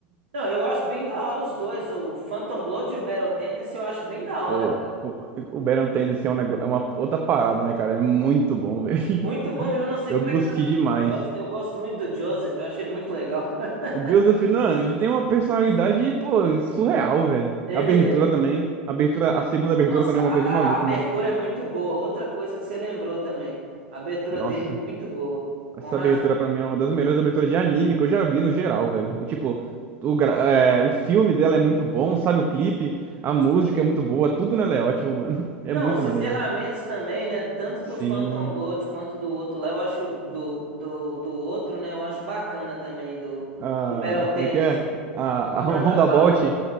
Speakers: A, on the right; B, on the right.
A: Não, eu acho bem da hora os dois, o Phantom Blood e o Battle Tendency, eu acho bem da
B: Pô,
A: hora, cara.
B: o, o Baron Tendency é um negócio. É uma outra parada, né, cara? É muito bom, <laughs> velho.
A: Muito bom mesmo, eu não sei
B: Eu
A: como
B: gostei
A: é que a galera
B: demais.
A: não gosta. Eu gosto muito do Joseph, eu acho ele muito legal. <laughs>
B: O Joseph, mano, ele tem uma personalidade, pô, surreal, velho.
A: Ele
B: A abertura
A: é.
B: também. A abertura, a segunda abertura
A: Nossa,
B: também
A: a
B: é uma coisa de maluco,
A: abertura
B: mano.
A: é muito boa. Outra coisa que você lembrou também. A abertura
B: Nossa.
A: dele é muito boa, com
B: Essa
A: razão.
B: abertura pra mim é uma das melhores aberturas de anime que eu já vi no geral, velho. O tipo, o, gra- é, o filme dela é muito bom, sabe? O clipe, a música
A: Sim.
B: é muito boa, tudo nela é ótimo, mano. <laughs> É
A: Não,
B: muito
A: os encerramentos
B: maneiro.
A: também, né? Tanto do
B: Sim.
A: Phantom Blood quanto do outro lá, eu acho do, do, do outro, né? Eu acho bacana também do,
B: Ah,
A: do Battle Tendency.
B: como é que é? A, a
A: Roundabout.
B: Hon- Roundabout.